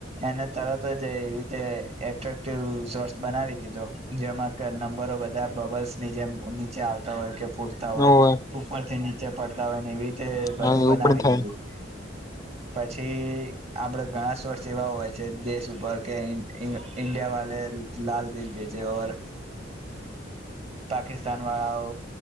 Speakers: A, on the right; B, on the left.
A: એને તરત જ એવી રીતે એટ્રેક્ટિવ સોર્સ બનાવી દીધો એમાં ક નંબરો બધા બબલ્સ ની જેમ નીચે આવતા હોય કે પૂરતા હોય
B: હોવે
A: ઉપરથી નીચે પડતા હોય ને એવી રીતે
B: હા
A: બધું
B: એવું
A: બનાવી
B: પણ થાય
A: દીધું
B: <inaudible>
A: પછી આપડે ઘણાસ્ વર્ષ એવા હોય છે દેશ ઉપર કે ઇન ઈન ઈન્ડિયા વાલે લાલ દિલ ભજે ઔર
B: <inaudible>
A: પાકિસ્તાન વાળાઓ